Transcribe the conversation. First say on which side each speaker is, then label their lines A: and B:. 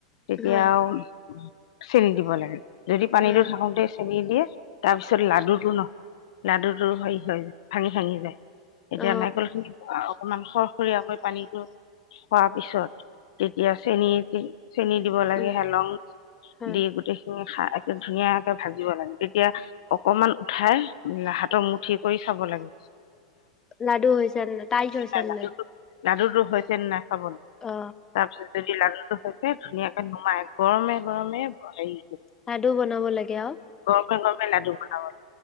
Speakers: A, on the left; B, on the left.
A: তেতিয়া
B: হয়
A: আৰুও চেল দিব লাগে যদি পানীতো
B: অ
A: থাকোতে চেনি এ তাৰ পিছত লাডুটো ন লাডু টো হেৰি হয় ভাঙি ভাঙি যায় এতিয়া
B: অ
A: নাই কলোন অকমান সৰসৰীয়াকৈ পানীতো খোৱাৰ পিছত তেতিয়া চেনী চেনি দিব লাগে
B: উম
A: হালং
B: হয়
A: দি গোটেইখিনি একে ধুনীয়াকে ভাজিব লাগে তেতিয়া অকমান উঠাই হাতৰ মুঠি কৰি চাব লাগে
B: লাডু হৈছে তাইজ হৈছে
A: <inaudible>
B: নে নাই
A: লাডুু হৈ হৈছে না আব
B: অ
A: তাৰপিছত যদি লালুটো হৈছে ধুনীয়াকে নুমাই গৰমে গৰমে হেৰি
B: লডু বনাব লাগে আৰু
A: মগে লাডু বনোৱা